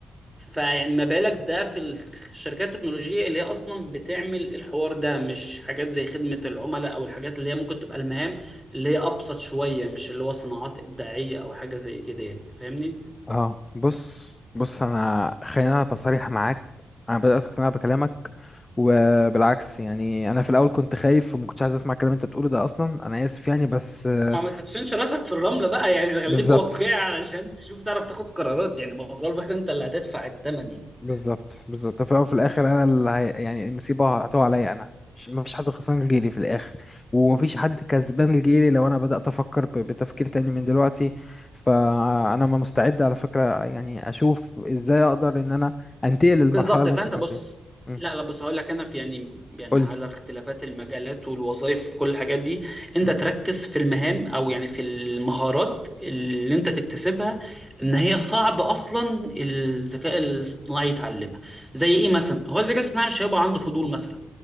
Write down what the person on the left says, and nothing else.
اه بص بص انا خلينا أنا بصريح معاك انا بدات اقتنع بكلامك وبالعكس يعني انا في الاول كنت خايف وما كنتش عايز اسمع الكلام اللي انت بتقوله ده اصلا انا اسف يعني بس آه،
بالظبط
بالظبط بالظبط في الأول وفي الآخر أنا اللي هي... يعني المصيبة هتقع عليا أنا مش مفيش حد خسران غيري في الآخر ومفيش حد كسبان غيري لو أنا بدأت أفكر ب... بتفكير تاني من دلوقتي فأنا ما مستعد على فكرة يعني أشوف إزاي أقدر إن أنا أنتقل للمرحلة
اللي
أنت كنت
فيها مم.
قولي
مم.